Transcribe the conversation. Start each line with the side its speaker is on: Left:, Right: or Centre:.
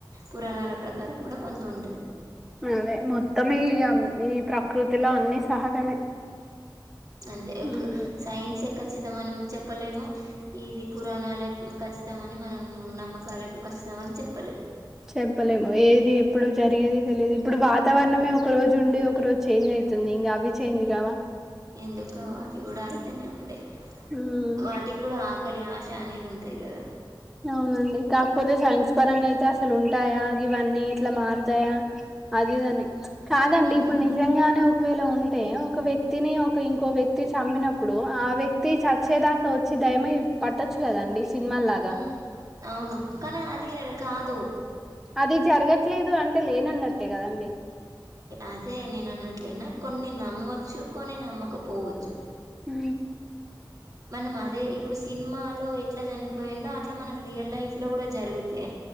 Right: పురాణాల ప్రకారం కూడా కొంత ఉంటది.
Centre: అదే మొత్తం ఈ ఈ ప్రకృతిలో అన్ని సహజమే
Right: అంతే ఒక
Centre: ఉమ్
Right: సైన్స్ ఖచ్చితమం అని చెప్పలేము ఇది పురాణాలే ఖచ్చితమని మనము నమ్మకాలే ఖచ్చితమే అని చెప్పలేము.
Centre: చెప్పలేము ఏది ఎప్పుడు జరిగేది తెలియదు ఇప్పుడు వాతావరణమే ఒక రోజు ఉండి ఒక రోజు చేంజ్ అయితుంది ఇంగ అవి చేంజ్ కావా
Right: యా ఎందుకు గావు అవి గూడా అయి తనే ఉండె
Centre: ఉమ్
Right: వాటికి కూడా ఆకలి ఆశ అనేది ఉం ఉంటాయి గదా
Centre: అవునండి కాకపోతే సైన్స్ పరంగా అయితే అసలు ఉంటాయా గివన్నీ ఇట్లా మారుతాయా అది ఇది అని కాదండి
Right: ఉమ్
Centre: ఇప్పుడు నిజంగానే ఒక వేళ ఉంటే ఒక వ్యక్తిని ఒక ఇంకో వ్యక్తి చంపినప్పుడు ఆ వ్యక్తి చచ్చేదాకా వచ్చి దయమై పట్టొచ్చు కద అండి సినిమాల్ లాగా
Right: ఉమ్ అవును కానీ అది రియల్ కాదు
Centre: అది జరగట్లేదు అంటే లేను అన్నట్టే గద అండి
Right: అదే నేను అన్నట్లేనా కొన్ని నమ్మొచ్చు కొని నమ్మక పోవచ్చు
Centre: ఊ
Right: మనం అదే ఇప్పుడు సినిమాలో ఎట్లా చనిపోయిందో అట్లా మనకి రియల్ లైఫ్ లో కూడా జరుగుతే